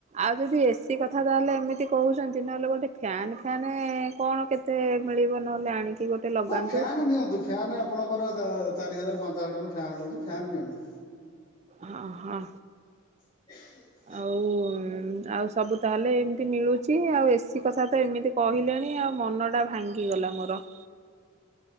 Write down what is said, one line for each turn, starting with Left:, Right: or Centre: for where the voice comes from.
Right: ଆଉ ଯଦି ଏସିି କଥା ତାହେଲେ ଏମିତି କହୁଛନ୍ତି ନହେଲେ ଗୋଟେ ଫ୍ୟାାନ ଫ୍ୟାନ୍ କଣ କେତେ। ଏତେଳିବ ନହେଲେ ଆଣିକି। ଗୋଟେ ଲଗାନ୍ତୁ।
Left: ହଁ ଫ୍ୟାନ୍ ନିଅନ୍ତୁ ଫ୍ୟନ୍ ଆପଣଙ୍କର ଚାରି ହଜାର ପାଞ୍ଚ ହଜାର ଟଙ୍କା ଫ୍ୟାନ୍ ମିଳୁଛି ଫ୍ୟାନ୍ ନିଅନ୍ତୁ।
Right: ହଁ ହଁ।
Left: ହ।
Right: ଆଉ ଆଉ ସବୁ ତାହେଲେ ଏମିତି ମିଳୁଛି ଆଉ ଏସି କଥା ତ ଏମିତି। କହିଲେଣି ଆଉ ମନଟା ଭାଙ୍ଗିଗଲା ମୋର।